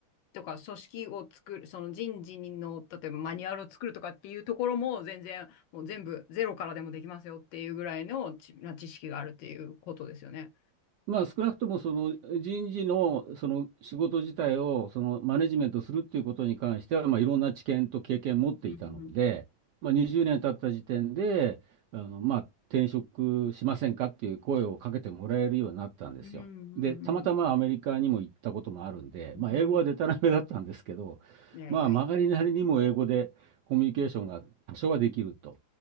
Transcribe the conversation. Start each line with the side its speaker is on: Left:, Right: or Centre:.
Left: とか組織を作る、その人事の、例えばマニュアルを作るとかっていうところも全然、もう全部ゼロからでもできますよっていうぐらいの知、な知識があるっていうことですよね。
Right: まあ、少なくともその人事の、その仕事自体をそのマネジメントするっていうことに関しては、まあ、いろんな知見と経験を持っていたので、
Left: うん
Right: まあ、20年経った時点であの、まあ、転職しませんかっていう声をかけてもらえるようになったんですよ。
Left: うん。うんうん
Right: で、たまたまアメリカにも行ったこともあるんで、
Left: うん。
Right: まあ、英語はデタらめだったんですけど、
Left: うん。いやいやいや。
Right: まあ、曲がりなりにも英語でコミュニケーションが多少はできると